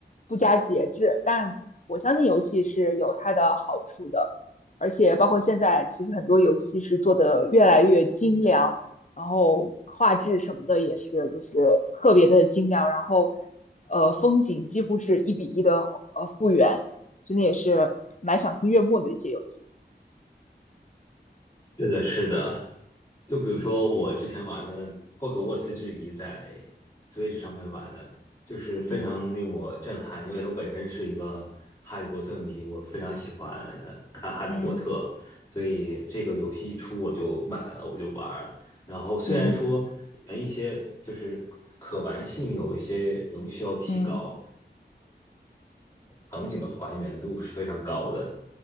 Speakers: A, on the left (about 40°); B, on the left (about 15°).
A: 不加节制，但我相信游戏是有它的好处的，而且包括现在，其实很多游戏是做的越来越精良，然后画质什么的也是就是特别的精良，然后呃风景几乎是一比一的呃复原，真的也是蛮赏心悦目的一些游戏。
B: 是的，是的。就比如说我之前玩的《霍格沃茨之遗》在
A: 嗯
B: Switch 上面玩的，就是非常令我震撼，
A: 嗯
B: 因为我本身是一个哈利波特迷，我非常喜欢呃看哈利波特，
A: 嗯
B: 所以这个游戏一出我就买了，我就玩儿。然后虽然说里面一些就是可玩性有一些仍需要提高，
A: 嗯嗯。
B: 场景的还原度是非常高的，